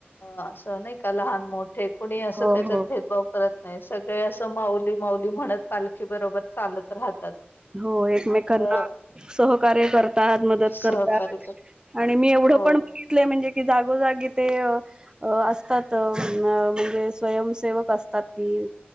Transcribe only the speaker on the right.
हो
हो
हो एकमेकांना
सहकार्य करतात, मदत
करतात
आणि मी एवढं
पण बघितलं म्हणजे की जागोजागी ते अ असतात अ म्हणजे स्वयंसेवक असतात की